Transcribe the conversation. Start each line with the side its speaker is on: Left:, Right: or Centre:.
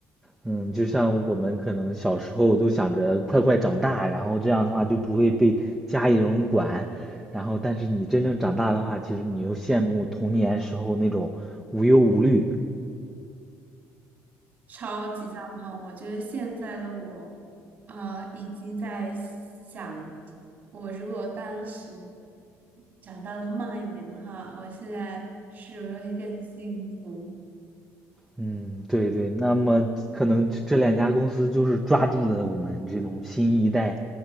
Centre: 嗯，就像我们可能小时候都想着快快长大，然后这样的话就不会被家里人管，然后但是你真正长大的话，其实你又羡慕童年时候那种无忧无虑，
Right: 超级赞同。我觉得现在的我，啊，已经在想，我如果当时长大的慢一点的话，我现在是不是会更幸福？
Centre: 嗯，对对，那么可能这这两家公司就是抓住了我们这种新一代，